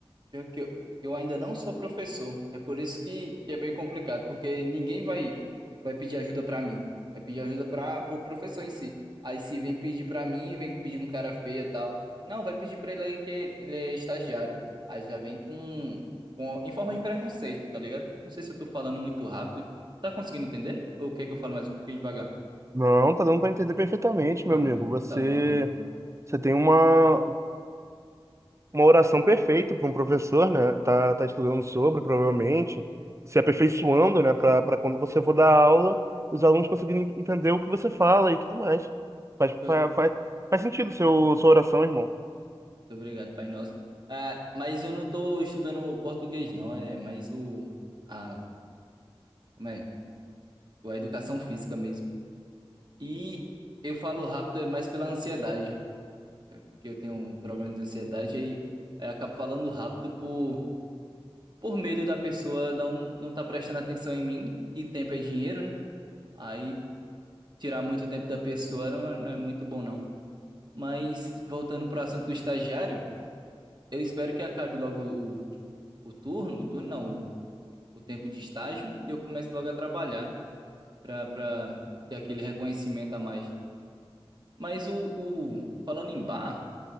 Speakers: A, on the right; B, on the right.
A: Pior que eu, eu ainda não sou professor. É por isso que, que é bem complicado, porque ninguém vai vai pedir ajuda pra mim. Vai pedir ajuda para pro professor em si. Aí se vem pedir pra mim, vem com pedir com cara feia e tal. Não, vai pedir pra ele aí que ele é estagiário. Aí já vem com, com em forma de preconceito, tá ligado? Não sei se eu tô falando muito rápido. Tá tá conseguindo entender? Ou quer que eu fale mais um pouquinho devagar?
B: Não, tá dando para entender perfeitamente,
A: Ah,
B: meu amigo.
A: muito-
B: Você,
A: tá bom, tá bom.
B: você tem uma, uma oração perfeita para um professor, né? Tá, tá estudando sobre, provavelmente, se aperfeiçoando, né? Para para quando você for dar aula, os alunos conseguirem entender o que você fala e tudo mais. Faz,
A: Pior-
B: faz,
A: Muito
B: faz, faz sentido seu, sua oração, irmão.
A: obrigado, Pai Nosso. Ah, mas eu não tô estudando português, não. É mais o a Como é? A educação física mesmo. E eu falo rápido é mais pela ansiedade, porque eu tenho um problema de ansiedade, aí, aí eu acabo falando rápido por, por medo da pessoa não não estar prestando atenção em mim, e tempo é dinheiro, né? Aí tirar muito tempo da pessoa não é, não é muito bom, não. Mas voltando pro assunto do estagiário, eu espero que acabe logo o, o turno, o turno não, o, o tempo de estágio, e eu comece logo a trabalhar, para para ter aquele reconhecimento a mais Mas o, o- falando em bar,